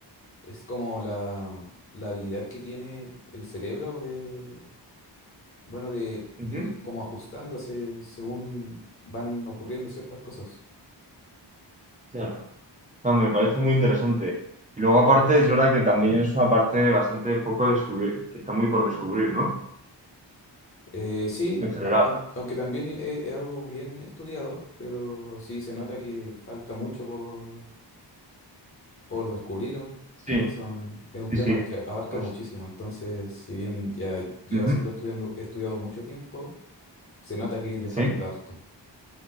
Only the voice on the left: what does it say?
Es como la, la habilidad que tiene el cerebro de, bueno, de
ir como ajustándose según van ocurriendo ciertas cosas.
Eh, sí,
a- aun- aunque también e- es algo bien estudiado, pero sí se nota que falta mucho por por descubrir aún.
O sea, son, es un
tema
que abarca
muchísimo. Entonces, si bien ya lleva
siendo estudiando, estudiado mucho tiempo, se nota que le falta
harto.